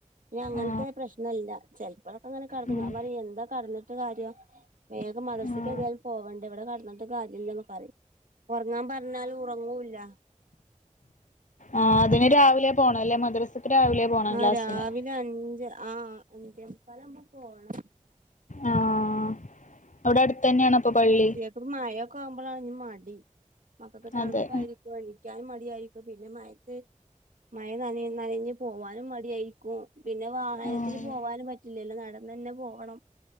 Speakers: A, on the right (about 85°); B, on the left (about 70°).
A: ഇനി അങ്ങനത്തെ
B: ആ
A: പ്രശ്നം ഇല്ല ചെലപ്പളൊക്കെ അങ്ങനെ കടക്കും
B: ഉം
A: ഞാൻ പറയും എന്താ കടന്നിട്ട് കാര്യം വേഗം മദ്രസ്ക്കേതായാലും
B: ആ
A: പോവണ്ടേ ഇവിടെ കടന്ന്ട്ട് കാര്യല്ലന്ന് പറയും ഒറങ്ങാൻ പറഞ്ഞാലു ഉറങ്ങൂല്ല.
B: ആഹ് അതിന് രാവിലെ പോണം അല്ലെ മദ്രസക്ക് രാവിലെ പോണം
A: ആഹ്
B: ക്ലാസ്സിന്
A: രാവിലെ അഞ്ച് ആഹ് അഞ്ചേമുക്കാലാവുമ്പം പോണം.
B: ആഹ് അവിടെ അടുത്തന്നെയാണൊ ഇപ്പൊ പള്ളി
A: ഇപ്പപ്പൊ മഴൊക്കെ ആവുമ്പളാണ് ഇനി മടി മക്കക്ക് തണുപ്പായിരിക്കു
B: അതെ
A: <unintelligible> ക്ക്യാനും മടിയായിരിക്കും പിന്നെ മയത്ത് മഴ നനയ് നനഞ്ഞ് പോവാനും മടിയായി ക്കും പിന്നെ വാഹനത്തില്
B: ആ
A: പോവാനും പറ്റില്ലല്ലോ നടന്നന്നെ പോവണം.